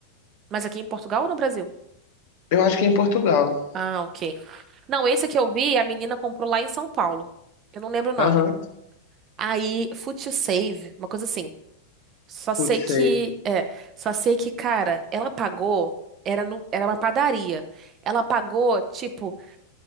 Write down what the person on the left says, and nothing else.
Eu acho que é em Portugal.
Aham.
Putz,
sei.